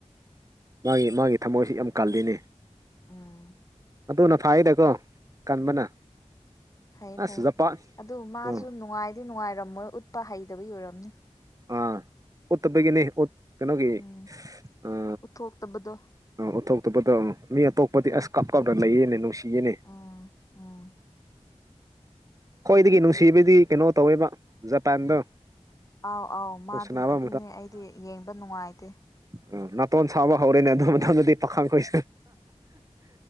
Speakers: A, on the right (about 30°); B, on the left (about 30°).
A: ꯃꯥꯒꯤ ꯃꯥꯒꯤ ꯊꯃꯣꯏꯁꯤ ꯌꯥꯝ ꯀꯥꯜꯂꯤꯅꯤ꯫
B: ꯎꯝ
A: ꯑꯗꯨꯅ ꯐꯥꯔꯤꯗꯀꯣ ꯀꯟꯕꯅ꯫
B: ꯐꯩꯌꯦ
A: ꯑꯁ
B: ꯐꯩꯌꯦ
A: ꯖꯄꯥꯟ
B: ꯑꯗꯨ ꯃꯥꯁꯨ
A: ꯑꯥ
B: ꯅꯨꯡꯉꯥꯏꯗꯤ ꯅꯨꯡꯉꯥꯏꯔꯝꯃꯣꯏ ꯎꯠꯄ ꯍꯩꯇꯕ ꯑꯣꯏꯔꯝꯅꯤ꯫
A: ꯑꯥ ꯎꯠꯇꯕꯒꯤꯅꯤ ꯀꯩꯅꯣꯒꯤ
B: ꯎꯝ
A: ꯑ
B: ꯎꯠꯊꯣꯛꯇꯕꯗꯣ
A: ꯑꯥ ꯎꯠꯊꯣꯛꯇꯕꯗꯣ ꯃꯤ ꯑꯇꯣꯞꯄꯗꯤ ꯑꯁ ꯀꯞ ꯀꯞꯂ ꯂꯩꯌꯦꯅꯦ ꯅꯨꯡꯁꯤꯌꯦꯅꯦ꯫
B: ꯎꯝ ꯎꯝ
A: ꯈ꯭ꯋꯥꯏꯗꯒꯤ ꯅꯨꯡꯁꯤꯕꯗꯤ ꯀꯩꯅꯣ ꯇꯧꯋꯦꯕ ꯖꯄꯥꯟꯗꯣ꯫
B: ꯑꯥꯎ ꯑꯥꯎ ꯃꯥ
A: ꯁꯥꯟꯅꯕ
B: ꯑꯗꯨꯅꯦ ꯑꯩꯗꯤ ꯌꯦꯡꯕ ꯅꯨꯡꯉꯥꯏꯇꯦ꯫
A: ꯎꯝ ꯅꯥꯇꯣꯟ ꯁꯥꯕ ꯍꯧꯔꯦꯅꯦ ꯑꯗꯨꯝ ꯃꯇꯝꯗꯗꯤ ꯄꯥꯈꯥꯡ ꯈꯣꯏꯁꯨ꯫